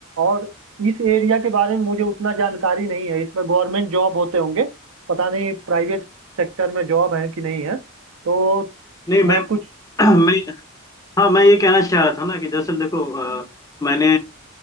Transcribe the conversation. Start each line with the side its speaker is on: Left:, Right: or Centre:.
Right: और इस एरिया के बारे में मुझे उतना जानकारी नहीं है इसमें गवर्नमेंट जॉब होते होंगे पता नहीं प्राइवेट सेक्टर में जॉब है कि नहीं है तो
Left: नहीं मैं
Right: मैं कुछ
Left: <clears throat> मैं हाँ मैं ये कहना चाह रहा था ना कि दरअसल देखो अ, मैंने